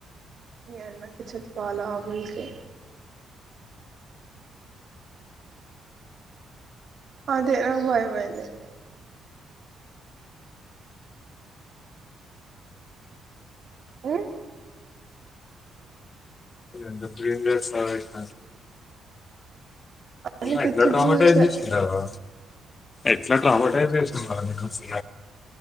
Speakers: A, on the right; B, on the left.
A: మీ అన్నకిి చెప్పాలా బుల్కే అదే నాకు భయమైంది ఊ
B: రెండు డేంజర్స్ అయ్ <inaudible>
A: అన్ని
B: అ
A: పిచ్చి
B: ఎట్లా ట్రామా
A: డ్రీమ్స్
B: ట్రై చేస్తుడు
A: ఏ
B: వాడు ఎట్లా ట్రామా ట్రై చేస్తాండు వాడు నీకోసం